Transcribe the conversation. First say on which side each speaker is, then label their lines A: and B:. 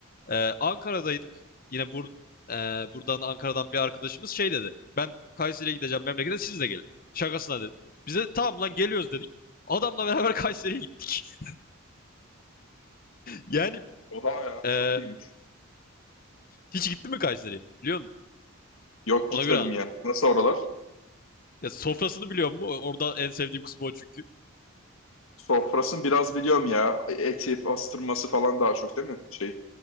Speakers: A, on the left; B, on the left.
A: Ee, Ankara'daydık. Yine bur e, buradan Ankara'dan bir arkadaşımız şey dedi. Ben Kayseri'ye gideceğim memlekete siz de gelin. Şakasına dedi. Biz de tamam lan geliyoruz dedik. Adamla <laughs> beraber Kayseri'ye gittik. <laughs> Yani
B: Oha ya
A: e,
B: çok iyiymiş.
A: hiç gitti mi Kayseri'ye biliyor musun?
B: Yok
A: Ona
B: gitmedim
A: göre anlatacağım.
B: ya. Nasıl oralar?
A: Ya sofrasını biliyor musun? Orada en sevdiğim kısmı o çünkü.
B: Sofrasını biraz biliyorum ya. Eti, pastırması falan daha çok değil mi? Şey.